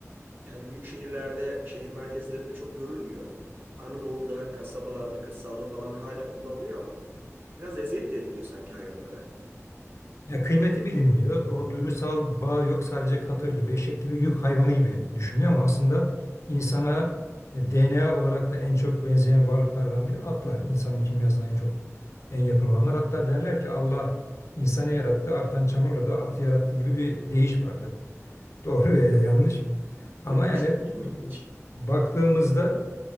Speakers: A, on the right; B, on the left.
A: Yani büyük şehirlerde, şehir merkezlerinde çok görülmüyor. Anadolu'da, kasabalarda, kırsalda falan hala kullanılıyor ama biraz eziyet de ediliyor sanki hayvanlara.
B: Ya kıymeti bilinmiyor. O duygusal bağ yok. Sadece katır gibi, eşek gibi, yük hayvanı gibi düşünüyor ama aslında insana e, DNA olarak da en çok benzeyen varlıklardan biri atlar. İnsanın kimyasına en çok en yakın olanlar. Hatta derler ki Allah insanı yarattı, artan çamurla da atı yarattı gibi bir deyiş vardır. <laughs> Doğru veya yanlış. Ama
A: Duymamıştım.
B: yani
A: Çok ilginç.
B: baktığımızda